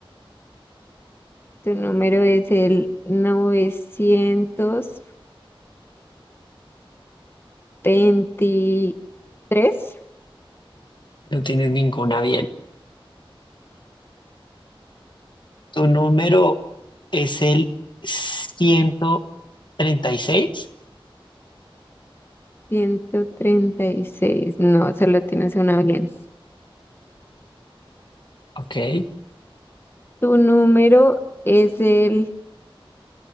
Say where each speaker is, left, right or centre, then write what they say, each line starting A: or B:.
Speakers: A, on the left; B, on the left.
A: Tu número es el novecientos veintitrés
B: No tienes ninguna bien. Tu número es el ciento treinta y seis,
A: ciento treinta y seis No, solo tienes una bien.
B: Ok.
A: Tu número es el